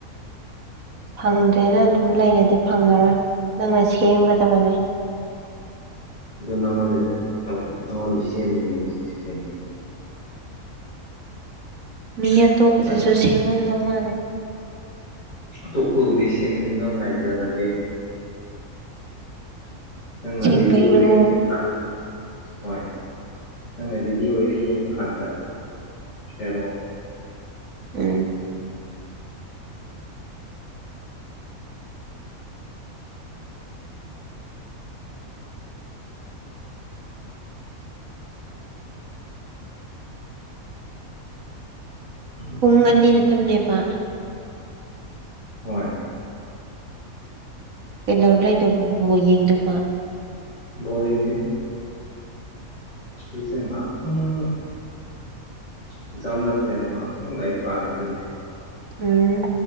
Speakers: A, on the right; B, on the left.
A: ꯐꯪꯗ꯭ꯔꯦꯅ ꯑꯗꯨꯝ ꯂꯩꯔꯗꯤ ꯐꯪꯉꯔꯣꯏ ꯅꯪꯅ ꯁꯦꯝꯒꯗꯕꯅꯦ
B: ꯑꯗꯣ ꯅꯪꯉꯣꯟꯗꯩ ꯇꯧ ꯅꯉꯣꯟꯗꯩ ꯁꯦꯟꯗꯣꯏꯅꯤ ꯍꯧꯖꯤꯛꯁꯦ ꯀꯩꯅꯣ <unintelligible> <inaudible>
A: ꯃꯤ ꯑꯇꯣꯞꯄꯗꯁꯨ
B: ꯅꯪ
A: ꯁꯦꯝꯃꯝꯗꯧ ꯃꯥꯜꯂꯦ
B: ꯑꯇꯣꯞꯄꯕꯨꯗꯤ ꯁꯦꯡꯅ ꯅꯪ ꯉꯥꯏꯖꯔꯒꯦ ꯅꯪꯅ
A: ꯁꯦꯡꯕꯩꯔꯣ
B: ꯔꯦꯗꯤ ꯑꯣꯏꯔꯦ ꯀꯥꯗ ꯍꯣꯏ ꯅꯪꯅ ꯔꯦꯗꯤ ꯑꯣꯏꯔꯦ ꯍꯥꯏꯕ ꯀꯥꯟꯗ ꯍꯥꯏꯔꯛꯑꯣ
A: ꯎꯝ
B: ꯎꯝ
A: ꯄꯨꯡ
B: ꯎꯝ
A: ꯑꯅꯤꯗ
B: ꯎꯝ
A: ꯇꯝꯅꯦꯕ
B: ꯍꯣꯏ
A: ꯀꯩꯗꯧ ꯂꯩꯗꯣꯕ ꯕꯣꯜ ꯌꯦꯡꯗꯣꯕ
B: ꯕꯣꯔꯤꯡꯗꯤ ꯑꯩꯁꯤꯡ ꯑꯦꯝ ꯑꯦꯛꯖꯥꯝ ꯅꯛꯈ꯭ꯔꯦꯑꯗꯨ ꯉꯍꯥꯛꯇꯪ ꯂꯥꯏꯔꯤꯛ ꯄꯥꯅꯤ ꯍꯣꯔꯦꯟꯗꯤ
A: ꯎꯝ